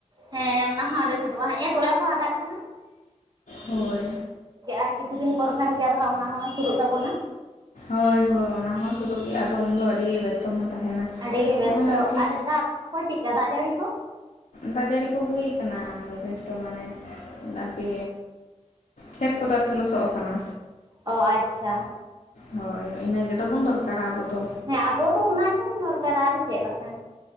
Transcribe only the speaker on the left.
ᱦᱳᱭ᱾
ᱦᱳᱭ ᱦᱳᱭ ᱚᱱᱟ ᱦᱚᱸ ᱥᱩᱨᱩᱜ ᱜᱮ ᱟᱫᱚ ᱩᱱᱫᱚ ᱟᱹᱰᱤᱜᱮ ᱵᱮᱥᱛᱚ ᱵᱚᱱ ᱛᱟᱦᱮᱱᱟ᱾
ᱱᱚᱜᱼᱚᱭ ᱟᱨᱠᱤ
ᱫᱟᱜ ᱡᱟᱹᱲᱤ ᱠᱚ ᱦᱩᱭ ᱟᱠᱟᱱᱟ ᱡᱚᱛᱷᱮᱥᱴᱚ ᱢᱟᱱᱮ ᱟᱨᱠᱤ ᱠᱷᱮᱛ ᱠᱚᱫᱚ ᱟᱨᱠᱤ ᱞᱚᱥᱚᱜ ᱠᱟᱱᱟ᱾
ᱦᱳᱭ ᱤᱱᱟᱹ ᱜᱮ ᱛᱟᱵᱚᱱ ᱫᱚᱨᱠᱟᱨᱟ ᱟᱵᱚ ᱫᱚ᱾